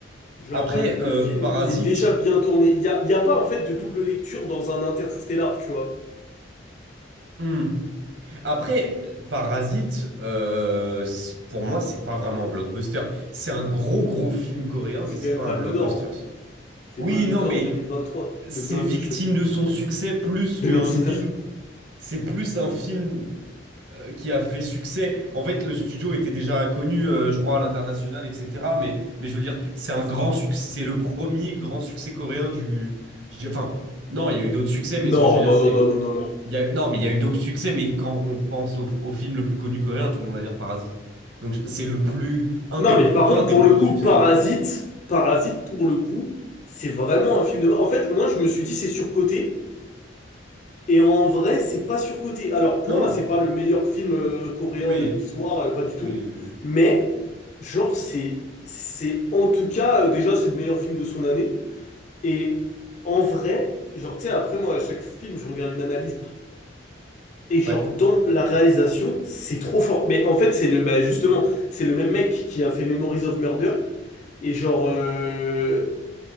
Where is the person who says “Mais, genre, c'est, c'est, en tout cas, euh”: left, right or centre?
Left